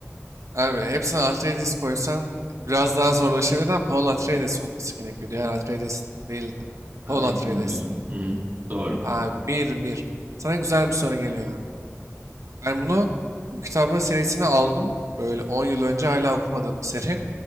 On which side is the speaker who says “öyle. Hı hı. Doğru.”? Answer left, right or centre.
Right